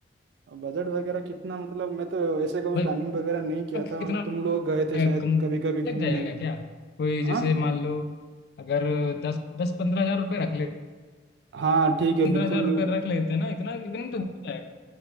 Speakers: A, on the right; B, on the left.
A: बजट वगैरह कितना मतलब मैं तो ऐसे कभी
B: मतलब
A: प्लानिंग वगैरह नहीं किया
B: कितना
A: था तुम लोग गए थे
B: ए,
A: शायद
B: कम
A: कभी कभी घूमने
B: लग जाएगा क्या कोई जैसे
A: हाँ
B: मान लो अगर दस दस पंद्रह हजार रुपये रख ले
A: हाँ ठीक है
B: पंद्रह
A: बिल्कुल
B: हजार रुपये रख लेते हैं ना इतना इतना में तो हो जाएगा